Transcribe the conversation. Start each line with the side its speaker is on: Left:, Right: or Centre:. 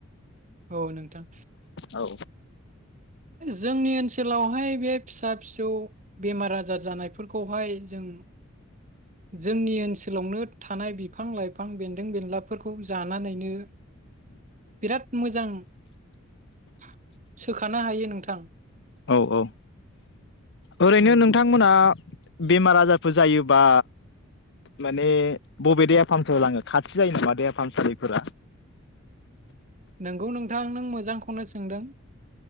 Right: औ नोंथां
Left: औ
Right: जोंनि ओनसोलावहाय बे फिसा-फिसौ बेमार-आजार जानायफोरखौहाय जों जोंनि ओन सोलावनो थानाय बिफां-लाइफां बेन्दों-बेनलाफोरखौ जानानैनो बिराद मोजां <inaudible> सो खानो हायो नोंथां।
Left: औ औ ओरैनो
Right: उम
Left: नोंथांमोनहा बेमार आजारफोर जायोबा माने बबे देहा फाहामसालि लाङो खाथि जायो नामा देहा फाहामसालिफोरा?
Right: नोंगौ नोंथां नों मोजांखौनो सोंदों